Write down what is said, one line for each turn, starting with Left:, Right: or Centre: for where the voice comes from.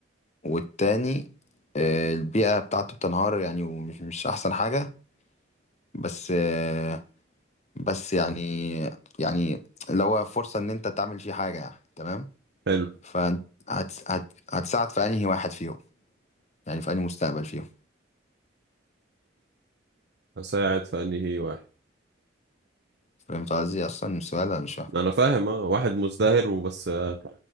Left: والتاني آه، البيئة بتاعته بتنهار يعني ومش مش أحسن حاجة بس آه، بس يعني يعني اللي هو فرصة إن أنت تعمل فيه حاجة يعني تمام
Right: حلو
Left: فهتساعد في أنهي واحد فيهم يعني في أنهي مستقبل فيهم
Right: هساعد في انهي واحد
Left: فهمت قصدي أصلا السؤال أنا مش فاهم
Right: انا فاهم اه واحد مزدهر وبس آه،